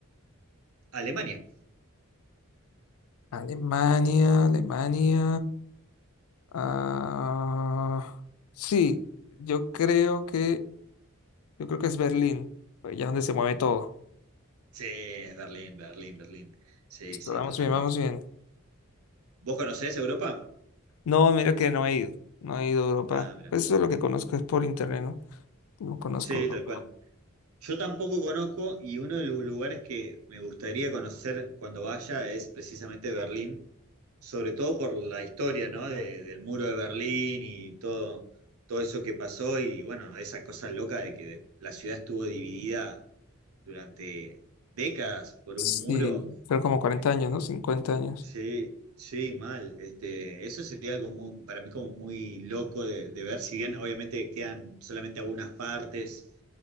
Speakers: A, on the right; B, on the left.
A: Alemania.
B: Alemania, Alemania. Ah, sí, yo creo que, yo creo que es Berlín. Pues ya es donde se mueve todo.
A: Sí, es Berlín, Berlín, Berlín. Sí,
B: Listo,
A: sí,
B: vamos
A: totalmente.
B: bien, vamos bien.
A: ¿Vos conocés Europa?
B: No, mira que no he ido. No he ido a Europa.
A: Ah, mira.
B: Pues eso es lo que conozco es por internet, ¿no? No conozco
A: Sí,
B: Europa.
A: tal cual. Yo tampoco conozco y uno de los lugares que me gustaría conocer cuando vaya es precisamente Berlín, sobre todo por la historia, ¿no? de- del muro de Berlín y todo, todo eso que pasó y bueno, esa cosa loca de que la ciudad estuvo dividida durante décadas por
B: Sí,
A: un muro.
B: fueron como cuarenta
A: Este,
B: años, ¿no? cincuenta años.
A: Sí, sí, mal. Este, eso sería algo muy, para mí como muy loco de, de ver, si bien obviamente quedan solamente algunas partes